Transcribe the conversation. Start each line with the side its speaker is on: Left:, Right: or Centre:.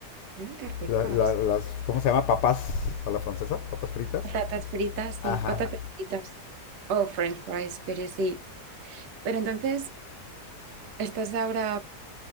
Right: mm, qué ricas.
Left: la- la- las, ¿cómo se llama? Papas a la francesa, papas fritas.
Right: Patatas fritas,
Left: Ajá.
Right: sí, patatas fritas. O French fries, pero sí. Pero entonces, ¿estás ahora,